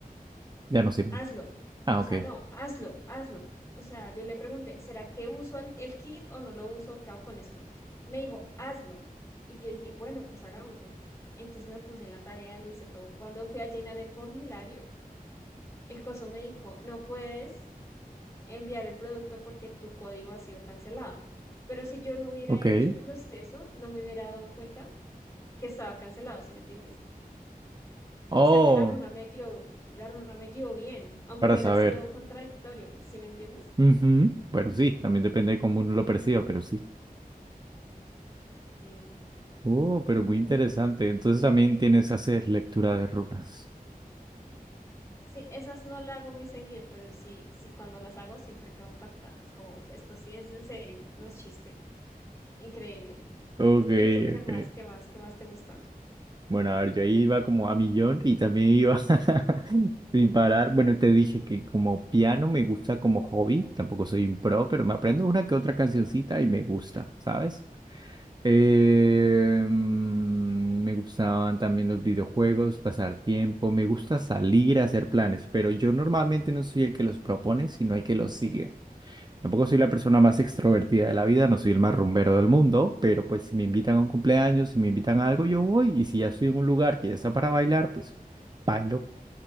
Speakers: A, on the right; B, on the left.
A: ya no sirve.
B: hazlo.
A: Ah,
B: O
A: ok,
B: sea, no, hazlo, hazlo. O sea, yo le pregunté, ¿será que uso el, el kit o no lo uso? ¿Qué hago con esto? Me dijo, hazlo. Y yo dije, bueno, pues hagámoslo. Entonces me puse en la tarea, lo hice todo. Cuando fui a llenar el formulario, el coso me dijo, no puedes enviar el producto porque tu código ha sido cancelado. Pero si yo no hubiera
A: ok.
B: hecho el proceso, no me hubiera dado cuenta que estaba cancelado, ¿sí me entiendes?
A: Oh,
B: O sea que la runa me guió, la runa me guió bien, aunque
A: para
B: hubiera
A: saber.
B: sido contradictorio, ¿sí me entiendes?
A: Ujú. Bueno, sí, también depende de cómo uno lo perciba, pero sí.
B: Sí,
A: Oh, pero muy
B: pero
A: interesante. Entonces también tienes, haces lectura de runas.
B: sí, esas no las hago muy seguido, pero sí, sí cuando las hago siempre quedo impactada. Es como, "Uf, esto sí es en serio, no es chiste. Increíble.
A: Ok,
B: ¿Y tú qué
A: ok.
B: más? ¿Qué más? ¿Qué más te gusta?
A: Bueno, a ver, yo ahí iba como a millón y también iba. <laughs> Sin parar, bueno, te dije que como piano me gusta como hobby, tampoco soy un pro, pero me aprendo una que otra cancioncita y me gusta, ¿sabes? Eh, mm, me gustaban también los videojuegos, pasar tiempo, me gusta salir a hacer planes, pero yo normalmente no soy el que los propone, sino el que los sigue. Tampoco soy la persona más extrovertida de la vida, no soy el más rumbero del mundo, pero pues si me invitan a un cumpleaños, si me invitan a algo, yo voy, y si ya estoy en un lugar que ya está para bailar, pues... Bailo